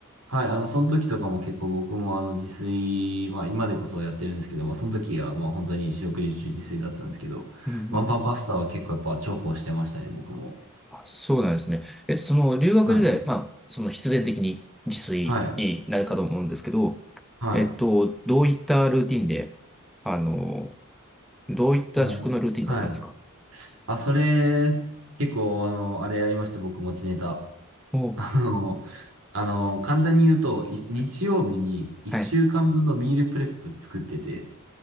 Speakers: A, on the right; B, in the centre.
A: はい、あの、その時とかも結構僕もあの自炊、まあ今でこそやってるんですけども、その時はもう本当に四六時中自炊だったんですけど、
B: うんうん。
A: ワンパンパスタは結構やっぱ重宝してましたね、僕も。
B: あ、そうなんですね。え、その、留学時代、
A: はい。
B: まあ、その必然的に自炊になるかと思うんですけど、
A: はい。はい。
B: えっと、どういったルーティンで、あの、どういった食のルーティンだったんですか
A: だからはい。あ、それ、結構あの、あれやりまして、僕持ちネタ。
B: おう。
A: <laughs> あの、あの、簡単に言うと、い日曜日に一週間分のミールプレップ作ってて、
B: はい。はい。